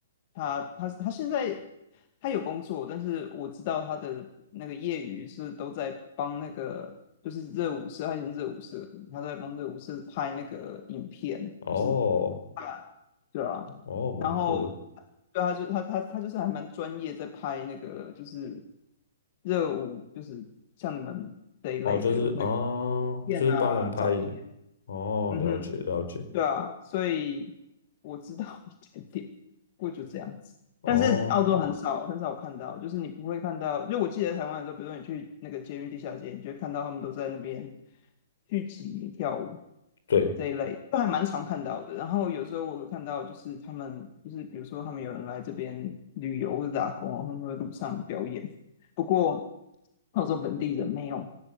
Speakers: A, on the left; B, on the left.
A: 他他他现在他有工作，但是我知道他的那个业余是都在帮那个就是热舞社，他以前是热舞社的，他都在帮热舞社拍那个影片，
B: 哦
A: 就是啊，对啊，
B: 哦，蛮酷的，
A: 然后对他就他他他就是还蛮专业，在拍那个就是热舞，就是像你们这一类的那个影片啊、
B: 哦，就是哦，就是帮忙拍影，
A: 照片。
B: 哦，
A: 嗯哼，
B: 了解了解，
A: 对啊，所以我知道 <laughs> 一点点，不过就这样子。
B: 哦，
A: 但是澳洲很哦少很少看到，就是你不会看到。就我记得在台湾的时候，比如说你去那个捷运地下街，你就会看到他们都在那边聚集跳舞
B: 对，
A: 这一类，都还蛮常看到的。然后有时候我会看到，就是他们就是比如说他们有人来这边旅游或者打工，他们会路上表演。不过澳洲本地人没有，